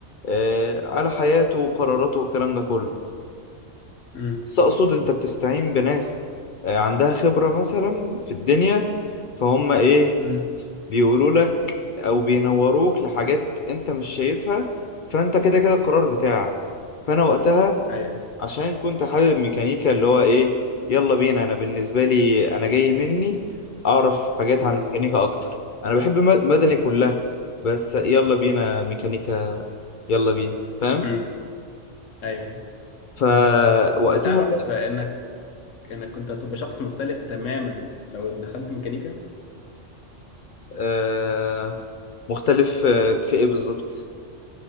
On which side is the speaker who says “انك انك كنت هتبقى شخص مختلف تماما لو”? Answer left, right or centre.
Left